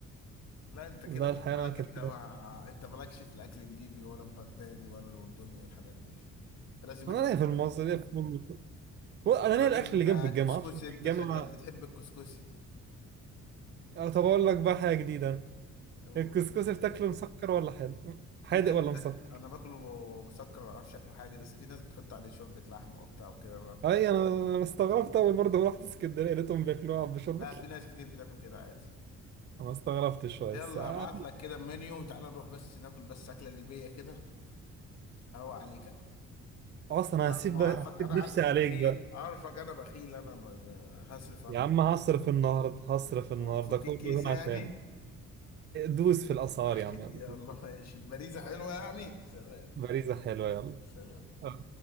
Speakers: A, on the left (about 60°); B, on the right (about 35°).
A: لا انت
B: لا
A: كده خد
B: الحقيقة
A: بالك
B: انا كنت
A: انت ما انت مالكش في الاكل الليبي ولا البغدادي ولا الاردني والحاجات دي انت لازم
B: انا
A: احنا نفكر.
B: ليا في المصري ليا في كله
A: انت
B: انا ليا
A: راجل
B: الاكل اللي
A: بتاع
B: جنب الجامعة
A: الكسكسي
B: اطلع من
A: انت
B: الجامعة
A: شكلك بتحب الكسكسي
B: أه، طب اقول لك بقى حاجة جديدة أنا.
A: أوه.
B: الكسكسي بتاكله مسكر ولا حلو؟ حادق
A: في ناس
B: ولا
A: بتاكل
B: مسكر؟
A: انا باكله مسكر ما اعرفش شكله حادي بس في ناس بتحط عليه شوربة لحمة وبتاع وكده
B: اي انا أنا استغربت اول برضه رحت اسكندريه لقيتهم بياكلوها بشرب
A: لا في ناس كتير بتاكل كده عادي
B: انا استغربت شويه
A: يلا
B: بس آه،
A: هبعت لك كده المنيو تعال نروح بس ناكل بس أكلة ليبية كده اروق عليك انا
B: اصلا
A: لا
B: هسيب
A: ما
B: بقى
A: عارفك
B: هسيب
A: انا عارفك
B: نفسي عليك
A: بخيل
B: بقى
A: عارفك انا بخيل انا ما- ما- هصرف انا
B: يا
A: ما
B: عم
A: تقلق.
B: هصرف النهارده هصرف
A: آه،
B: النهارده
A: هتفك
B: كله
A: الكيس
B: يكون
A: يعني
B: عشان دوس في الاسعار
A: <laughs>
B: يا عم يلا
A: يلا ماشي باريزة حلوة يعني سلام
B: باريزة حلوة يلا
A: سلام
B: آه.